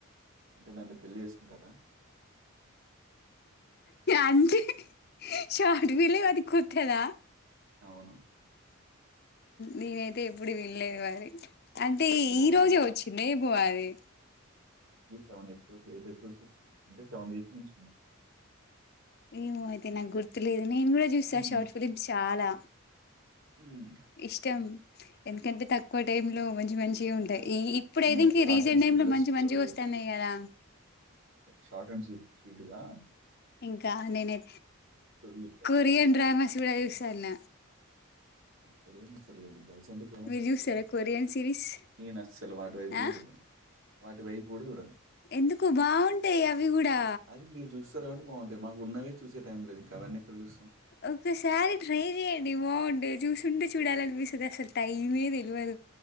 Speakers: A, on the right; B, on the left.
A: అంటే నన్ను పెళ్లి చేసుకుంటారా
B: అంటే షార్ట్ ఫిలిం అది కొత్తదా
A: అవును.
B: నేనైతే ఎప్పుడు వినలేదు వరి అంటే
A: బావుంది.
B: ఈ రోజే వచ్చింద ఏమో అది
A: సెవెన్ ఎపిసోడ్స్ ఎయిట్ ఎపిసోడ్స్ వచ్చాయి అంటే సెవెన్ వీక్స్ నుంచి ఉన్నాయి
B: ఏమో అయితే నాకు గుర్తు ర్తులేదు నేను కూడా చూస్తా
A: మ్మ్.
B: షార్ట్ ఫిలిమ్ చాలా
A: మ్మ్.
B: ఇష్టం ఎందుకంటే తక్కువ టైం లో మంచి మంచిగా ఉంటాయి
A: ఆ!
B: ఈ ఇప్పుడయితే
A: చిన్న
B: ఇంక
A: షార్ట్
B: రీసెంట్
A: అండ్ స్వీట్‌గా
B: టైమ్ లో మంచి
A: స్టోరీ
B: మంచిగొస్తున్నాయి
A: చెప్తారు.
B: కదా
A: షార్ట్ అండ్ స్వీట్ స్వీట్ గా
B: ఇంకా నేనై
A: ఎపిసోడ్లు చెప్తారు.
B: కొరియన్ డ్రామాస్ కూడా చూస్తన్న
A: కొరైన్ ముసర్లేండి గల్స్ అండి ఎప్పుడైనా
B: మీరు
A: ఫస్ట్
B: చూస్తారా
A: ఎ ఇగ
B: కొరియన్ సిరీస్
A: నేను అస్సలు వాటు వైపు
B: ఆ
A: కూడా చూడను వాటి వైపు కూడా చూడను
B: ఎందుకు బాగుంటాయి అవి కూడా
A: అది మీరు చూస్తారు కాబట్టి అంటే మానాకు ఉన్నవే చూసే టైం లేదు, ఇంకా అవన్నీ ఎక్కడ చూస్తాం
B: ఒక్కసారి ట్రై చెయండి బాగుంటె చూస్తుంటే చూడాలనిపిస్తది అసలు టైమే తెల్వదు